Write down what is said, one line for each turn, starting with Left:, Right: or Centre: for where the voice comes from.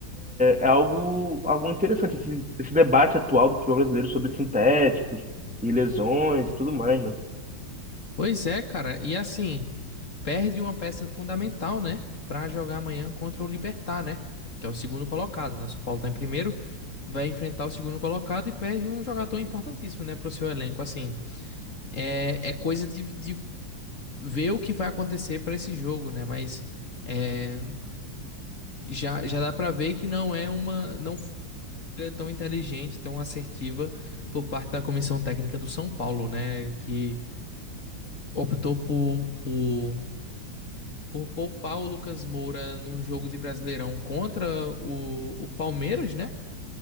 Centre: é algo, algo interessante, esse, esse debate atual do futebol brasileiro sobre sintéticos e lesões e tudo mais, né?
Left: Pois é, cara. E assim, perde uma peça fundamental, né? Pra jogar amanhã contra o Libertad, né? Que é o segundo colocado, né? O São Paulo tá em primeiro, vai enfrentar o segundo colocado e perde um jogador importantíssimo, né? Pro seu elenco. Assim, é, é coisa de, de ver o que vai acontecer pra esse jogo, né? Mas é, já, já dá pra ver que não é uma. Não foi tão inteligente, tão assertiva por parte da comissão técnica do São Paulo, né? Que optou por. por por poupar o Lucas Moura num jogo de Brasileirão contra o, o Palmeiras, né?